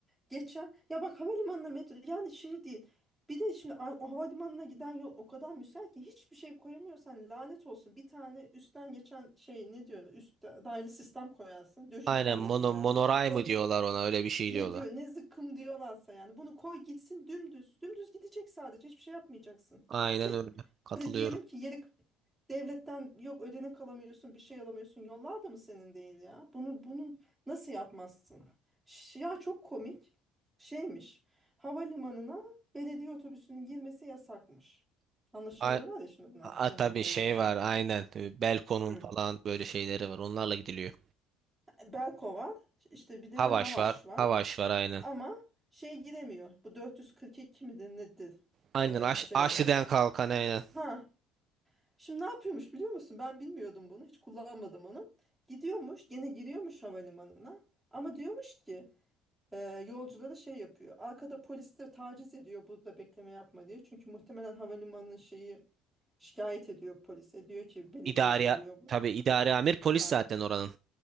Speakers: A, in the centre; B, on the right (about 45°).
A: geçen ya bak havalimanına metro yani şey değil. Bir de şimdi a- o havalimanına giden yol o kadar müsait ki hiçbir şey koyamıyorsan lanet olsun. Bir tane üstten geçen şey ne diyorsun? Üst daylı sistem koyarsın. Döşeyeceksin
B: Aynen mono,
A: rayı yani
B: monoray
A: üstüne koyacaksın.
B: mı diyorlar ona öyle bir şey
A: Ne
B: diyorlar.
A: diyor ne zıkkım diyorlarsa yani bunu koy gitsin dümdüz. Dümdüz gidecek sadece hiçbir şey yapmayacaksın.
B: Aynen
A: Gidecek.
B: öyle. Katılıyorum.
A: Hadi diyelim ki yeri devletten yok ödenek alamıyorsun bir şey alamıyorsun yollar da mı senin değil ya? Bunu bunu nasıl yapmazsın? Ş- Ya çok komik şeymiş havalimanına belediye otobüsünün girmesi yasakmış. Anlaşamıyorlar
B: A,
A: ya şimdi bunlar
B: a,
A: belediye
B: tabii şey
A: ile şey.
B: var aynen. Ee, Belko'nun
A: Hı.
B: falan böyle şeyleri var. Onlarla gidiliyor.
A: Beko var işte bir de
B: Havaş
A: ne Havaş
B: var.
A: var.
B: Havaş var aynen.
A: Ama şey giremiyor. Bu 442 midir nedir?
B: Aynen
A: Ee,
B: Aş,
A: şey
B: Aşli'den
A: olan.
B: kalkan aynen.
A: Ha. Şimdi ne yapıyormuş biliyor musun? Ben bilmiyordum bunu. Hiç kullanmadım onu. Gidiyormuş, gene giriyormuş havalimanına. Ama diyormuş ki e, yolculara şey yapıyor. Arkada polisler taciz ediyor burada bekleme yapma diye. Çünkü muhtemelen havalimanının şeyi şikayet ediyor polise. Diyor ki belediye
B: İdari
A: geliyor burada.
B: tabii idari amir polis
A: Ha.
B: zaten oranın.